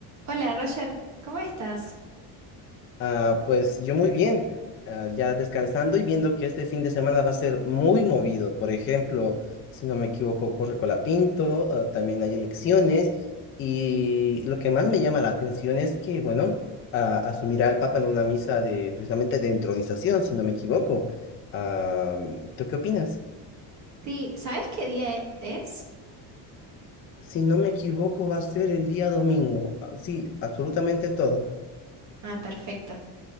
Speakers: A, on the right; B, on the left.
A: Hola Roger, ¿cómo estás?
B: Ah, pues yo muy bien, ah, ya descansando y viendo que este fin de semana va a ser muy movido. Por ejemplo, si no me equivoco, corre Colapinto, ah, también hay elecciones y lo que más me llama la atención es que, bueno, ah, asumirá el Papa en una misa de precisamente de entronización, si no me equivoco. Ah, ¿tú qué opinas?
A: Sí, ¿sabes qué día e- es?
B: Si no me equivoco, va a ser el día domingo. Ah, Sí, absolutamente todo.
A: Ah, perfecto.